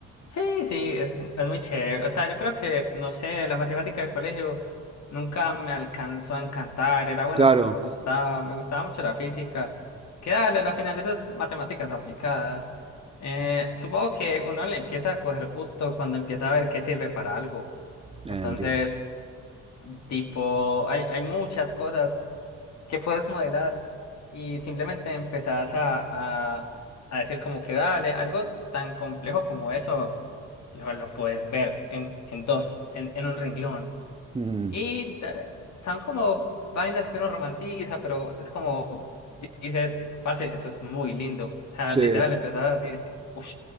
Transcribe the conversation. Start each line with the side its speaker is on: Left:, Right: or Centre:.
Left: sí, sí, es, es muy chévere. O sea, yo creo que, no sé, la matemática del colegio nunca me alcanzó a encantar. Era bueno,
Right: Claro.
Left: pero no me gustaba. Me gustaba mucho la física. Que dale, a la final esas matemáticas aplicadas. Eh, supongo que uno le empieza a coger gusto cuando empieza a ver qué sirve para algo.
Right: Eh,
Left: Entonces...
Right: entiendo.
Left: Tipo, hay, hay muchas cosas que puedes modelar y simplemente empezás a, a, a decir como que dale, algo tan complejo como eso lo, lo puedes ver en, en dos, en, en un renglón.
Right: Mm,
Left: Y da- son como vainas que uno romantiza, pero es como dices, parce, eso es muy lindo. O sea,
Right: sí.
Left: literal empezás a decir, uff,